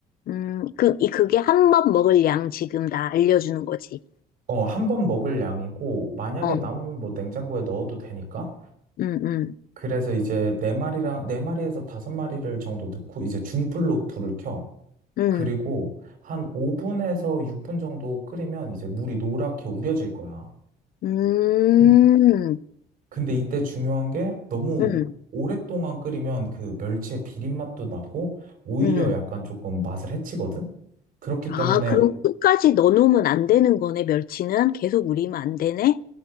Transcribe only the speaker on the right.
어, 한 번 먹을 양이고 만약에
남으면 뭐 냉장고에 넣어도 되니까.
그래서 이제 네 마리랑 네 마리에서 다섯 마리를 정도 넣고 이제 중불로 불을 켜.
그리고 한 5분에서 6분 정도 끓이면 이제 물이 노랗게 우려질 거야.
근- 근데 이때 중요한 게 너무
오랫동안 끓이면 그 멸치의 비린 맛도 나고 오히려
약간 조금 맛을 해치거든. 그렇기
때문에